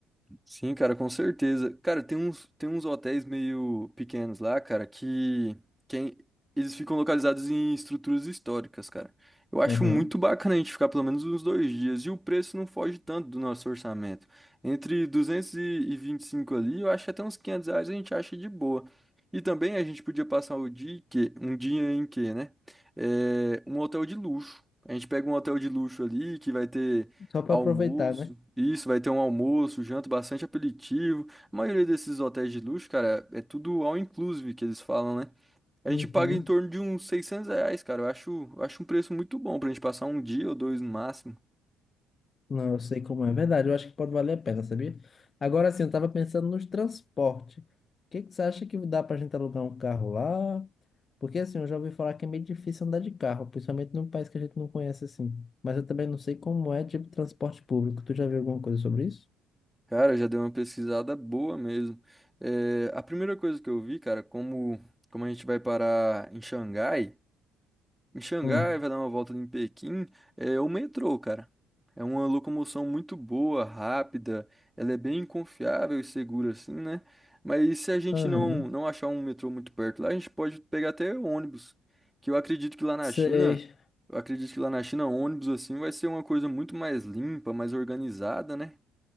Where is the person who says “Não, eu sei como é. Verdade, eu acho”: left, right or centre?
Left